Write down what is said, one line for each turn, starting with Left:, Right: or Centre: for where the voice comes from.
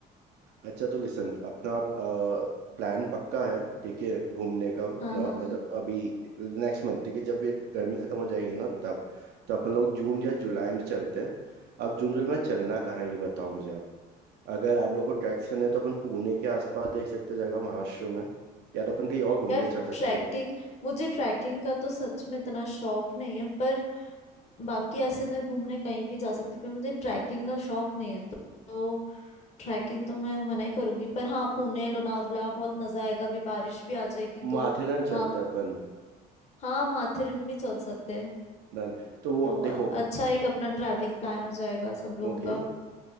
Right: अच्छा तो लिसन अपना आप प्लान पक्का है ठीक है घूमने का
Left: हाँ
Right: ना
Left: हाँ
Right: अभी नेक्स्ट मंथ ठीक है जब ये गर्मी खत्म हो जाएगी ना तब तो अपन लोग जून या जुलाई में चलते हैं अब जून जुलाई में चलना कहाँ है ये बताओ मुझे आप अगर आप लोग को ट्रैक्स करने हैं तो अपन पुणे के आसपास देख सकते हैं जगह महाराष्ट्र में या तो अपन कहीं और घूमने
Left: यार
Right: चल सकते
Left: ट्रैकिंग
Right: हैं
Left: मुझे ट्रैकिंग का तो सच में इतना शौक नहीं है पर बाकी ऐसे मैं घूमने कहीं भी जा सकती हूँ, पर मुझे ट्रैकिंग का शौक नहीं है तो, तो ट्रैकिंग तो मैं मना ही करूंगी पर हाँ पुणे लोनावला बहुत मजा आएगा अभी बारिश भी आ जाएगी तो
Right: माथेरन चलते
Left: वहाँ
Right: हैं अपन
Left: हाँ माथेरन भी चल सकते हैं
Right: डन तो
Left: तो
Right: देखो
Left: अ- अच्छा एक अपना ट्रैवलिंग प्लान हो जाएगा सब लोगों
Right: ओके
Left: का